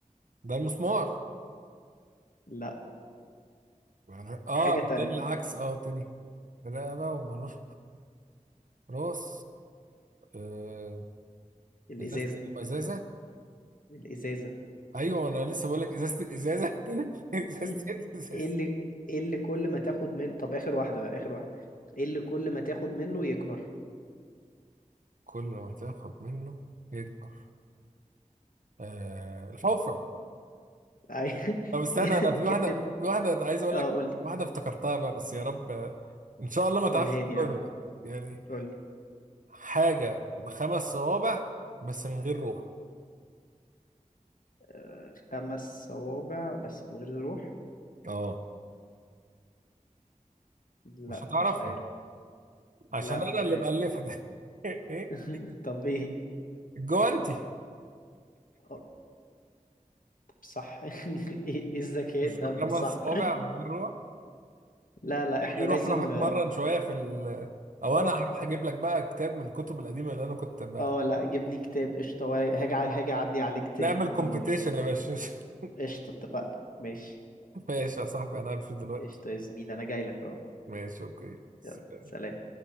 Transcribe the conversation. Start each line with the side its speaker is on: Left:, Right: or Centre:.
Right: ده المسمار
Left: لا
Right: يعني اه
Left: حاجة
Right: التاني
Left: تانية
Right: العكس اه تاني رقبه ومروش راس آه.
Left: الازازة
Right: ازازه الازازه
Left: الازازة
Right: ايوه انا لسه بقول لك ازازه الازازه <laughs> ازازه
Left: <laughs>
Right: الازازه
Left: ايه اللي ايه اللي كل ما تاخد من طب اخر واحدة بقى اخر واحدة ايه اللي كل ما تاخد منه يكبر
Right: كل ما تاخد منه يكبر آه الحفرة
Left: <laughs> عاي-
Right: طب استنى انا في
Left: كاتب
Right: واحدة في واحدة أنا عايز اقول
Left: اه
Right: لك
Left: قول لي
Right: واحدة افتكرتها بقى بس يا رب آه، ان شاء الله ما
Left: قولها
Right: تعرفش تجاوبها
Left: لي يا عم
Right: بقى يعني
Left: قول لي
Right: حاجة بخمس صوابع بس من غير روح
Left: آه خمس صوابع بس من غير روح
Right: اه
Left: لا
Right: مش هتعرفها
Left: مش عارف
Right: عشان
Left: لا
Right: انا
Left: مش
Right: اللي
Left: عارف
Right: مألفها ده <laughs> ايه
Left: <laughs> طب ايه
Right: الجوانتي
Left: آه، طب صح <laughs> ايه إيه الذكاء
Right: مش
Left: ده
Right: بخمس
Left: ما صح
Right: صوابع ومن غير روح
Left: <laughs> لا لا احنا
Right: يعني روح
Left: لازم
Right: روح اتمرن شوية في ال او
Left: اه
Right: انا هروح اجيب لك بقى كتاب من الكتب القديمة اللي انا كنت بقى
Left: اه لا جيب لي كتاب قشطة ورايق. هاجي ع- هاجي اعدي عليك ت-
Right: نعمل
Left: تدوني
Right: كومبيتيشن
Left: يا صديقي
Right: يا باشا <laughs>
Left: قشطة اتفقنا ماشي
Right: ماشي يا صاحبي انا همشي دلوقتي
Left: قشطة يا زميلي انا جاي لك اهو
Right: ماشي اوكي سلام
Left: يلا سلام